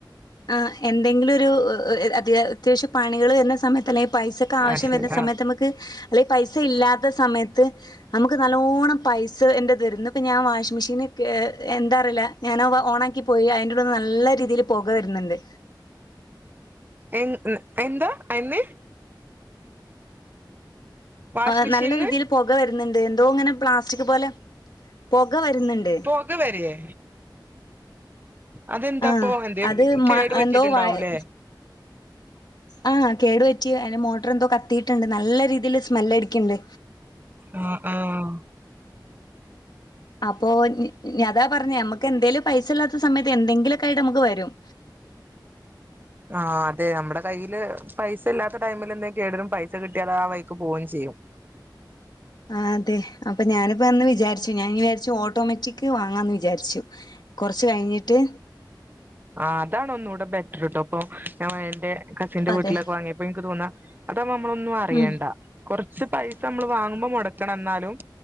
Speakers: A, on the left; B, on the right.
A: ആഹ എന്തെങ്കിലും ഒരു അത് അത്യാവശ്യം പണികൾ വരുന്ന സമയത്ത് അല്ലങ്കിൽ പൈസൊക്കെ ആവശ്യം
B: ആഹ് ശരി
A: വരുന്ന സമയത്ത്
B: ആ
A: നമുക്ക് അല്ലെ പൈസ ഇല്ലാത്ത സമയത്ത് നമുക്ക് നല്ലോണം പൈസ എൻ്റെത് വരുന്നു ഇപ്പം ഞാൻ വാഷിംഗ് മെഷീന് എന്താ അറില്ല ഞാൻ ഓണാക്കിപ്പോയി അതിൻ്റെഉള്ളിന്ന് നല്ല രീതിയിൽ പോക വരുന്നുണ്ട്
B: എ എന്താ അന് വാഷിംഗ്
A: ആഹ
B: മെഷീനിന്ന്
A: നല്ല രീതിയിൽ പുക വരുന്നുണ്ട് എന്തോ ഇങ്ങനെ പ്ലാസ്റ്റിക് പോലെ പുക വരുന്നുണ്ട്
B: പുക വരിയെ അതെന്താപ്പൊ
A: ആഹ്
B: എന്ത
A: അത് മ
B: കേട് പറ്റിട്ടുണ്ടാവൂലേ
A: എന്തോ വയ ആഹ് കേടു വെറ്റി അന്റെ മോട്ടർ എന്തോ കത്തിട്ടുണ്ട് നല്ല രീതിയിൽ സ്മെല്ടിക്കണ്ട്
B: ആഹ ആഹ
A: അപ്പൊ ഞതാ പറഞ്ഞ നമുക്ക് എന്തേലും പൈസ ഇല്ലാത്ത സമയത്ത് എന്തെങ്കിലൊക്കെ ആയിട്ട് നമുക്ക് വരും
B: ആഹ അതെ നമ്മുടെ കയ്യിയില് പൈസ ഇല്ലാത്ത ടൈമിൽ എന്തെങ്ക കേടലും പൈസ കിട്ടിയാൽ ആ വൈക്ക് പോവുകയും ചെയ്യും
A: അതെ അപ്പൊ ഞാനിപ്പ എന്ന് വിചാരിച്ചു ഞാൻ വിചാരിച്ചു ഓട്ടോമാറ്റിക്ക് വാങ്ങാന്ന് വിചാരിച്ചു കുറച്ച് കഴിഞ്ഞിട്ട്
B: ആ്താണ് ഒന്നുകൂടെ ബെറ്റർട്ടോ അപ്പൊ ഞാൻ എന്റെ കസിന്റെ
A: അതെ
B: വീട്ടിലൊക്കെ വാങ്ങിയപ്പോ എനിക്ക് തോന്ന ഇപ്പ നമ്മളൊന്നും അറിയണ്ട
A: ഉം
B: കുറച്ച് പൈസ നമ്മൾ വാങ്ങുമ്പോ മുടക്കണം എന്നാലും